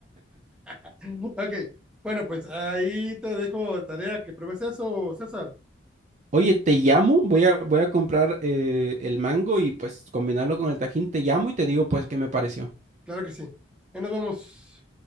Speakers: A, in the centre; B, on the right (about 40°).
A: <laughs> Ok, bueno, pues ahí te dejo de tarea que pruebes eso, César.
B: Oye, te llamo, voy a, voy a comprar eh, el mango y pues combinarlo con el tajín, te llamo y te digo pues qué me pareció.
A: Claro que sí. Ahí nos vamos.